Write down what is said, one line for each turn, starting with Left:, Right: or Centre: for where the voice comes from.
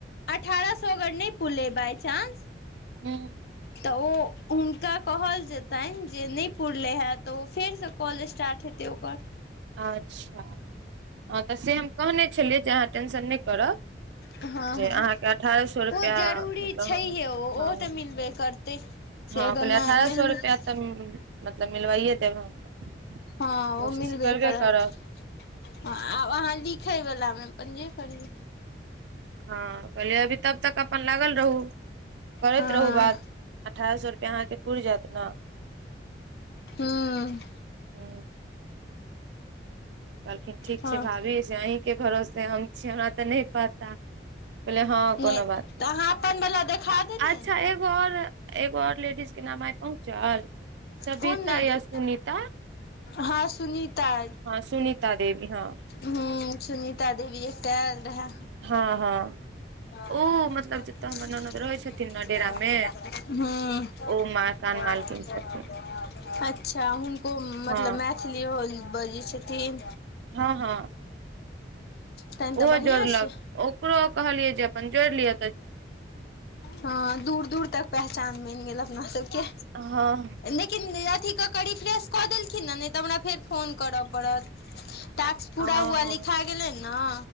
Left: अठारह सए अगर नइ पुरलै बइचानंस
Right: हूँ
Left: तऽ ओ हुनका कहल जेतइन जे नइ पुरलै हँ तऽ ओ फेरसँ कॉल स्टार्ट हेतै ओकर।
Right: अच्छा हँ तऽ से हम कहने छलियै जे अहाँ टेंशन नइ करब।
Left: हँ
Right: जे
Left: - हँ
Right: अहाँके अठारह सए रुपैआ
Left: ओ जरूरी
Right: मतलब
Left: छैहे
Right: हम
Left: ओ
Right: हँ
Left: ओ तऽ मिलबे करतै। से
Right: हँ
Left: अगर
Right: कहलियै
Left: मे
Right: अठारह
Left: मेहनत
Right: सए रुपआ तऽ मतलब मिलवाइए देब हम।
Left: हँ ओ
Right: कोशिश
Left: मिलबै
Right: करबे
Left: करत।
Right: करब
Left: हँ आब अहाँ लिखयवलामे अपन जे करियौ।
Right: हँ कहलियै अभी तब तक अपन लागल रहू करैत
Left: हँ
Right: रहू बात। अठारह सए रुपैआ अहाँके पूइर जायत न
Left: हँ
Right: ओ कहलखिन ठीक
Left: हँ
Right: छै भाभी से अहींके भरोसे हम छी हमरा तऽ नय पता कहलियै हँ
Left: नय
Right: कोनो बात नहि
Left: तऽ अहाँ अपनवला देखा देलियैन
Right: अच्छा एगो आओर एगो आओर लेडीज के नाम आइ पहुँचल सविता
Left: कोन लेडी
Right: या सुनीता।
Left: हँ सुनीता अइ
Right: हँ सुनीता देवी हँ
Left: हुँ सुनीता देवी एकटा ऐल रहे।
Right: हँ- हँ
Left: <unintelligible>
Right: ओ मतलब जतय हमर ननद रहै छथिन ने डेरा मे
Left: हुँ <unintelligible>
Right: ओ मकान मालकिन छथिन
Left: अच्छा हुनको मतलब
Right: हँ
Left: मै मैथिलियों ओने बजै छथिन
Right: हँ हँ
Left: तहन तऽ
Right: ओहो
Left: बढ़िआँ
Right: जोड़लक
Left: छै
Right: ओकरो कहलियै जे अपन जोड़ि लियअ
Left: हँ दूर -दूर तक पहचान बइन गेल अपना सबके
Right: हँ
Left: लेकिन अथि कऽ करि रिफ्रेश कऽ देलखिन ने नय तऽ हमरा फेर फोन करअ परत टास्क पूरा
Right: हँ
Left: हुआ लिखा गेलै नऽ